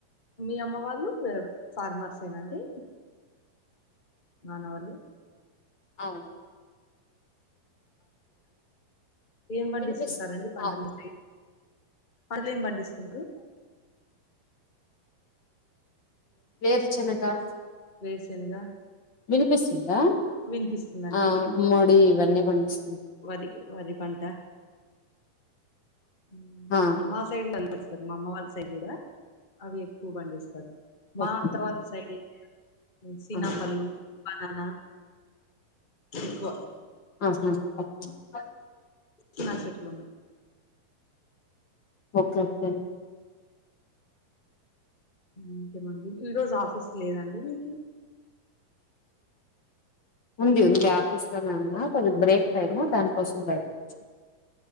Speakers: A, on the left; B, on the left.
A: మీ అమ్మ వాళ్ళు ఫార్మర్స్ ఏ నాండి మనవాళ్ళు
B: అవునా
A: ఏం పండిస్తుంటారండి
B: వినిపిస్తు
A: పంటలు
B: ఆ
A: మీరు వాళ్ళెం పండిస్తుండ్రు
B: వేరు చేనగా
A: వేరు శెనగ
B: వినిపిస్తుందా
A: వినిపిస్తుందండి
B: ఆ మడి ఇవన్ని పండిస్తుంది
A: వరి వరి పంట మ్మ్
B: ఆ
A: మా సైడ్ <unintelligible> మా అమ్మ వాళ్ళ సైడ్ కూడా అవి ఎక్కువ పండిస్తారు మా
B: ఓకే
A: అత్త వాళ్ళ సైడ్ అయితే సీనా
B: ఆ
A: పళ్ళు బననా ఎక్కువ
B: ఆహ <unintelligible>
A: సీనా చెట్లున్నాయి
B: ఓకే ఓకే
A: ఇంకేం అండి ఈ రోజు ఆఫీస్ లేదండి నీకి
B: ఉంది ఉంది ఆఫీస్ కి వెళ్ళాను కొద్దిగా బ్రేక్ టైము దానికోసం బయటకు వచ్చా